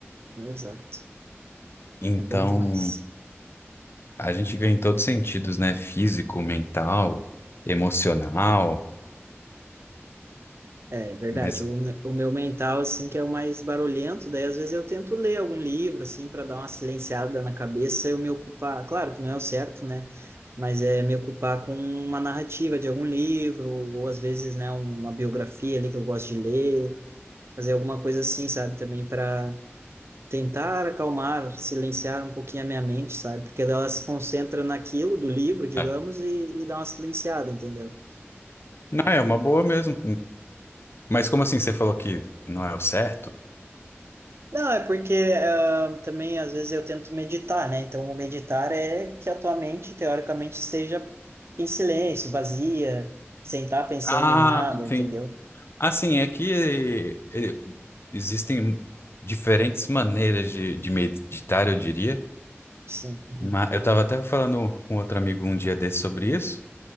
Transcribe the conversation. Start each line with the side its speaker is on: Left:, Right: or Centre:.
Right: exato.
Left: Então,
Right: É bom demais.
Left: a gente ganha em todos os sentidos, né? Físico, mental, emocional.
Right: É, é verdade.
Left: Mas
Right: O, me- o meu mental, assim, que é o mais barulhento, daí às vezes eu tento ler algum livro, assim, para dar uma silenciada na cabeça, eu me ocupar, claro que não é o certo, né? Mas é me ocupar com uma narrativa de algum livro, ou às vezes, né, uma biografia ali que eu gosto de ler, fazer alguma coisa assim, sabe? Também para tentar acalmar, silenciar um pouquinho a minha mente, sabe? Porque ela se concentra naquilo do livro, digamos,
Left: é.
Right: e, e dá uma silenciada, entendeu?
Left: Não, é uma boa mesmo. Mas como assim você falou que não é o certo?
Right: Não, é porque ah, também às vezes eu tento meditar, né? Então, o meditar é que a tua mente, teoricamente, esteja em silêncio, vazia, sem estar pensando
Left: Ah,
Right: em nada,
Left: entendi.
Right: entendeu?
Left: Assim, é que eh, existem diferentes maneiras de, de meditar, eu diria.
Right: Sim. Uhum.
Left: Ma- Eu estava até falando com outro amigo um dia desse sobre isso,